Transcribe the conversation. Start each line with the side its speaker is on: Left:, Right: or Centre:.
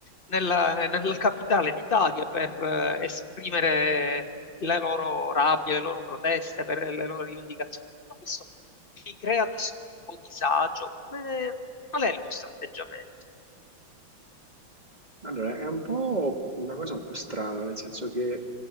Left: nella, nella capitale d'Italia per eh, esprimere le loro rabbie, le loro proteste, per le loro rivendicazioni. Tutto questo vi crea disturbo, disagio. Come- qual è il vostro atteggiamento?
Right: Allora, è un po' una cosa un po' strana, nel senso che